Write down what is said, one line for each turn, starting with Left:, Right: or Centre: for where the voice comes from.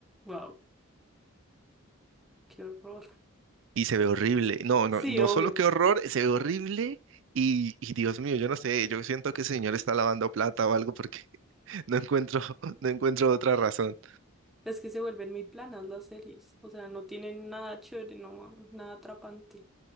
Centre: Wow, qué horror.
Right: y se ve horrible. No, no,
Centre: Sí,
Right: no
Centre: obvio.
Right: solo que horror, se ve horrible y, y Dios mío, yo no sé, yo siento que ese señor está lavando plata o algo porque <laughs> no encuentro, no encuentro otra razón.
Centre: Es que se vuelven muy planas las series. O sea, no tienen nada chévere, no, nada atrapante.